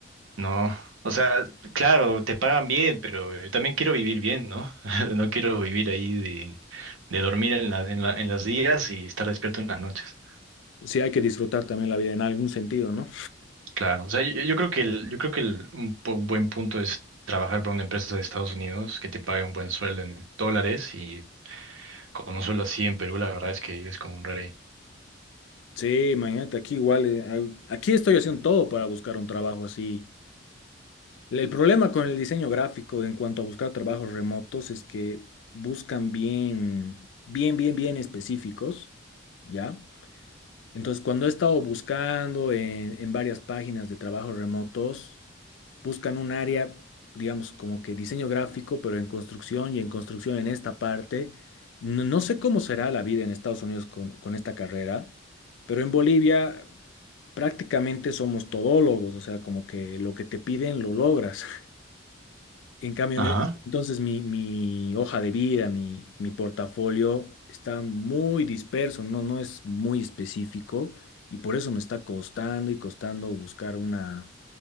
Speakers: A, on the right; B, on the left.
A: No, o sea, claro, te pagan bien, pero yo también quiero vivir bien, ¿no? <laughs> No quiero vivir ahí de, de dormir en la, en la- en los días y estar despierto en las noches.
B: sí hay que disfrutar también la vida en algún sentido, ¿no?
A: Claro, o sea, yo, yo creo que el- yo creo que el- un, pu- un buen punto es trabajar para una empresa de Estados Unidos que te pague un buen sueldo en dólares y con un sueldo así en Perú, la verdad es que vives como un rey.
B: Sí, imagínate, aquí igual, eh, a- aquí estoy haciendo todo para buscar un trabajo así El problema con el diseño gráfico en cuanto a buscar trabajos remotos es que buscan bien, bien, bien, bien específicos, ¿ya? Entonces, cuando he estado buscando en, en varias páginas de trabajos remotos, buscan un área, digamos, como que diseño gráfico, pero en construcción y en construcción en esta parte. No, no sé cómo será la vida en Estados Unidos con, con esta carrera, pero en Bolivia prácticamente somos todólogos, o sea, como que lo que te piden lo logras. En cambio,
A: Ajá.
B: en- e, entonces mi, mi hoja de vida, mi, mi portafolio está muy disperso, no, no es muy específico y por eso me está costando y costando buscar una,